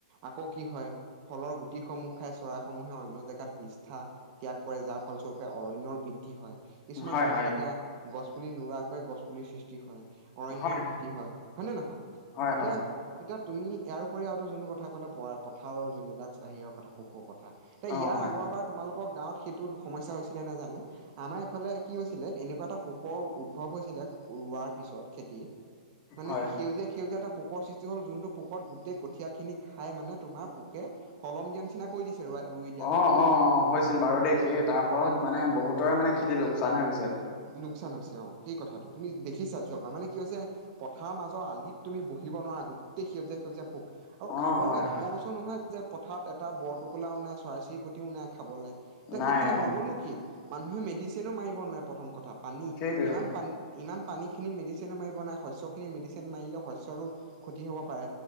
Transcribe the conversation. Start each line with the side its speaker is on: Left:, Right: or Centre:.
Right: আকৌ কি হয় ফলৰ গোট টি সমূহ খাই চৰাইসমূহে অন্য জেগাত বিষ্ঠা ত্যাগ কৰে যাৰ ফলস্বৰূপে অৰণ্যৰ বৃদ্ধি হয়। কিছুমান
Left: হয়,
Right: জেগাত
Left: হয়,
Right: এতিয়া গছ পুলি নোোৱাকৈয়ে গছ পুলিিৰ সৃষ্টি হয়। অৰণয়ৰ
Left: হয়,
Right: বৃদ্ধি হয়, হয় নে নহয়?
Left: হয়,
Right: এতিয়া,
Left: হয়,
Right: এতিয়া তুমি ইয়াৰ উপৰি আৰুো যোনটো কথা ক'লে প-পথাৰৰ যোনবিলাক হেৰীৰৰ কথা পোকৰ কথা থা, এতিয়া
Left: অ',
Right: ইয়াৰ
Left: হয়,
Right: আগৰবাৰ তোমালোক আ গাঁৱত সেইটো সমস্যা হৈছিলে নোজানো, আমাৰ এইফালে কি হৈছিলে এনেকুৱা এটা পোক উদ্ভৱ হৈছিলে <unintelligible> ৰুৱা পিছত খেতি মানে
Left: হয়।
Right: সেইউজীয়া সেইউজিয়া এটা পোক সৃষ্টি হ'ল যোনটো পোকত গোটেই কঠিয় খিনি খাই মানে তোমাৰ পোকে কলম দিয়া নিচিনা কৰি দিছ <unintelligible> ৰুই দিয়া
Left: অ',
Right: কঠিয়া
Left: অ', অ, হৈছিল বাৰু দেই সেই তাৰ ফলত মানে বহুতৰে মানে খেতি লোকচান হৈ গৈছে।
Right: লোকচান হৈছে অ, সেই কথাটো তুমি দেখিছা যোৱা বাৰ, মানে কি হৈছে পথাৰৰ মাজৰ আলিত তুমি বহিব নোৱাৰা গোটেই সেউজীয়া-সেউজীয়া পোক আৰু
Left: অ',
Right: খাবলৈ
Left: হয়, হয়,
Right: মই কৈছো নহয় যে পথাৰত এটা বৰটোকোলা ওাই চৰাই চিৰিকটি ও নাই। খাবলৈ, এতিয়া
Left: নাই
Right: সেইখিনি
Left: অ',
Right: হ'বনো কি মানুহে মেডিচিনো মাৰিব নোৱাৰে প্ৰথম কথা, পানী
Left: সেইটোৱে
Right: ইমান
Left: অ',
Right: পানী ইমান পানী খিনিত মেডিচিনো মাৰিব নাই শস্যখিনি মেডিচিন মাৰিলে শস্যৰো ক্ষতি হ'ব পাৰে।